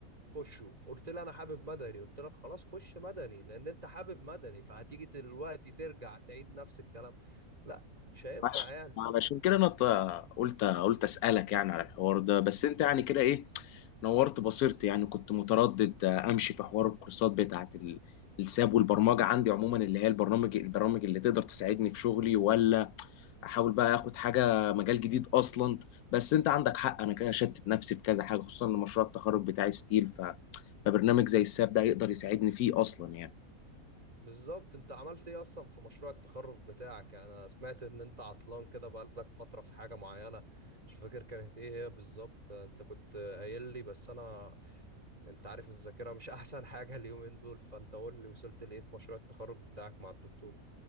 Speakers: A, on the right (about 25°); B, on the left (about 85°).
A: خشه قلت لي انا حابب مدني قلت لك خلاص خش مدني لان انت حابب مدني فهتيجي دلوقتي ترجع تعيد نفس الكلام لا مش هينفع
B: عش-
A: يعني
B: علشان كده انا ط- قلت قلت اسالك يعني على الحوار ده بس انت يعني كده ايه نورت بصيرتي يعني كنت متردد امشي في حوار الكورسات بتاعت ال- الساب والبرمجه عندي عموما اللي هي البرنامج البرامج اللي تقدر تساعدني في شغلي ولا احاول بقى اخد حاجه مجال جديد اصلا بس انت عندك حق انا كده شتت نفسي في كذا حاجه خصوصا ان مشروع التخرج بتاعي ستيل ف... فبرنامج زي الساب ده هيقدر يساعدني فيه اصلا يعني
A: بالظبط انت عملت ايه اصلا في مشروع التخرج بتاعك يعني انا سمعت ان انت عطلان كده بقالك فترة في حاجة معينة مش فاكر كانت ايه هي بالظبط انت كنت قايل لي بس انا انت عارف الذاكرة مش <laughs> احسن حاجة اليومين دول فانت قول لي وصلت لايه في مشروع التخرج بتاعك مع الدكتور